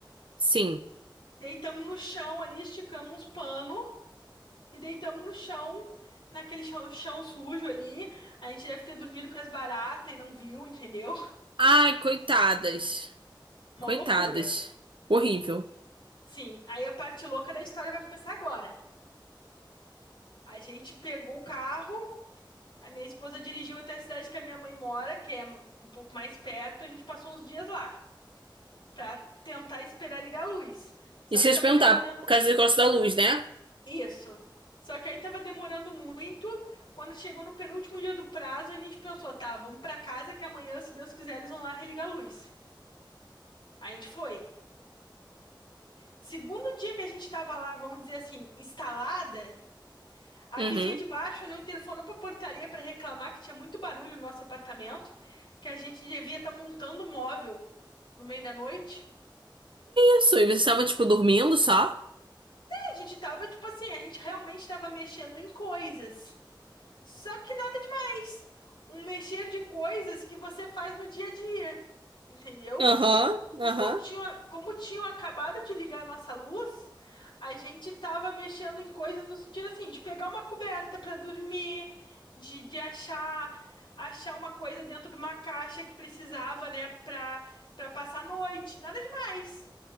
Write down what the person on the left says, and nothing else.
Deitamos no chão ali, esticamos uns panos e deitamos no chão, naquele chão, chão sujo ali. A gente deve ter dormido com as baratas e não viu, entendeu?
<laughs>
Mó loucura.
Sim, aí a parte louca da história vai começar agora. A gente pegou o carro, a minha esposa dirigiu até a cidade que a minha mãe mora, que é um pouco mais perto. A gente passou uns dias lá pra tentar esperar ligar a luz. Só
que
tava
demorando.
Isso. Só que aí tava demorando muito. Quando chegou no penúltimo dia do prazo, a gente pensou, tá, vamos pra casa que amanhã, se Deus quiser, eles vão lá religar a luz. Aí a gente foi. Segundo dia que a gente tava lá, vamos dizer assim, instalada, a
vizinha de baixo não interfonou pra portaria pra reclamar que tinha muito barulho no nosso apartamento, que a gente devia estar montando um móvel no meio da noite.
a gente tava, tipo assim, a gente realmente tava mexendo em coisas. Só que nada demais. Um mexer de coisas que você faz no dia a dia, entendeu?
Como
tinham, como tinham acabado de ligar a nossa luz, a gente tava mexendo em coisas no sentido assim, de pegar uma coberta para dormir, de, de achar achar uma coisa dentro de uma caixa que precisava, né, para para passar a noite. Nada demais.